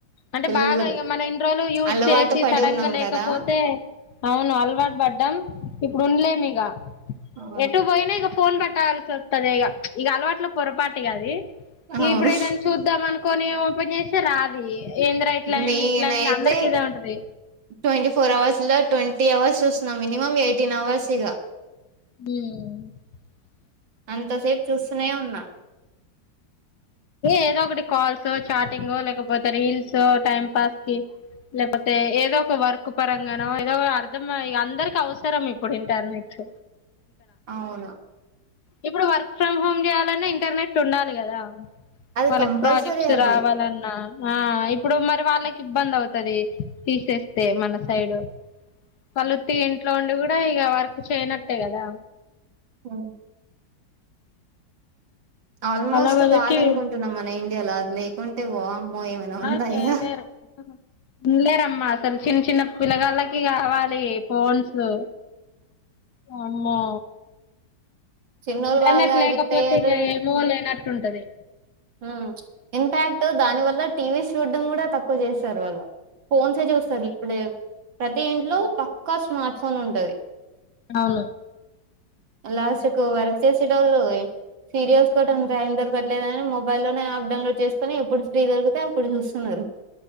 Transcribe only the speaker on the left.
అంటే
బాగా ఇగ మనం ఇన్ని రోజులు యూజ్
చేసి
సడన్
గా లేకపోతే
అవును అలవాటు పడ్డాం ఇప్పుడు ఉండలే మీగ
ఎటు బోయిన ఫోన్ బెట్టాలి సార్ తదేగఇక అలవాట్లో పొరపాటుగా అది
ఇప్పుడు ఏదైనా చూద్దాం అనుకో <unintelligible> పని చేసే రాది ఏంద్ర ఇట్లా అయింది
ఇట్లా అయింది అందరికి ఇదే ఉంటది
హ్మ్
ఏదో ఒకటి కాల్సో చాటింగో లేకపోతే రీల్సో టైం పాస్ కి లేకపోతే ఏదో ఒక వర్క్ పరంగానో ఏదో అర్థం అందరికి అవసరం ఇప్పుడు ఇంటర్నెట్స్
ఇప్పుడు వర్క్ ఫ్రమ్ హోమ్ చేయాలన్నా ఇంటర్నెట్ నెట్టు ఉండాలి గదా
వాళ్ళకి
ప్రాజెక్ట్స్
రావాలన్నా ఆ ఇప్పుడు మరి వాళ్ళకి ఇబ్బంది అవుతది తీసేస్తే మన సైడు పలుత్తి ఇంట్లో ఉండి కూడా ఇక వర్క్ చేయనట్టే కదా
అలా వరకి
ఆ చేయలేరు
ఉండలేరమ్మా అసలు చిన్న చిన్న పిల్లగాళ్లకి కావాలి ఫోన్సు అమ్మో
ఇంటర్నెట్
లేకపోతే
ఇగా ఏమోలేనట్ టుంటది
అవును